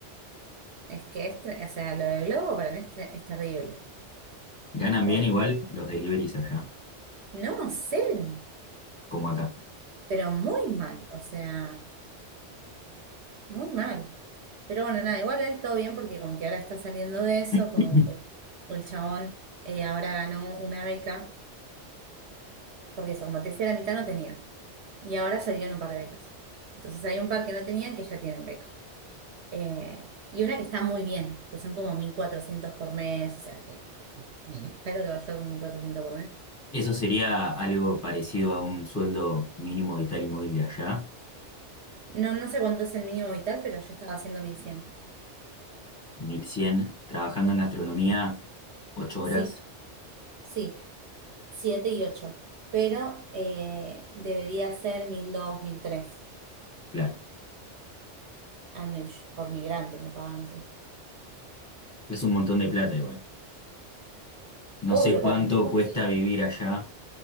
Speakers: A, on the right; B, on the left.
A: es que es, tra- o sea, lo de Globo para mí es, tra- es terrible,
B: Ganan
A: porque
B: bien igual los deliveries allá,
A: no, cero,
B: como acá.
A: pero muy mal, o sea, muy mal. Pero bueno, nada, igual él todo bien porque como que ahora está saliendo de eso,
B: <clears throat>
A: como que el chabón eh, ahora ganó una beca, porque eso, como te decía, la mitad no tenían, y ahora salieron un par de becas. Entonces hay un par que no tenían que ya tienen beca. Eh, y una que está muy bien, que son como 1.400 por mes, o sea que, Ujú. ¿sabes lo que hago yo con 1.400 por mes?
B: Eso sería algo parecido a un sueldo mínimo vital y móvil de allá,
A: No, no sé cuánto es el mínimo vital pero yo estaba haciendo mil cien
B: 1100 trabajando en gastronomía, 8
A: Sí,
B: horas,
A: sí, 7 y ocho Pero eh, debería ser mil dos mil tres
B: claro.
A: a mí, por migrante, me pagan así.
B: Es un montón de plata igual. No
A: Obvio,
B: sé cuánto
A: para mí,
B: cuesta
A: sí.
B: vivir allá,